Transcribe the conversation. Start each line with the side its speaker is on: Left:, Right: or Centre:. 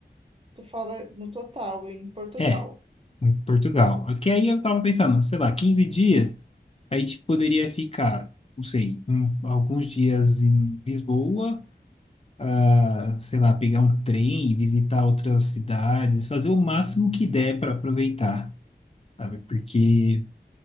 Right: Tu fala no total, em Portugal.
Left: É, em Portugal. Porque aí eu tava pensando, sei lá, 15 dias, a gente poderia ficar, não sei, um- alguns dias em Lisboa, ah, sei lá, pegar um trem e visitar outras cidades, fazer o máximo que der para aproveitar, sabe? Porque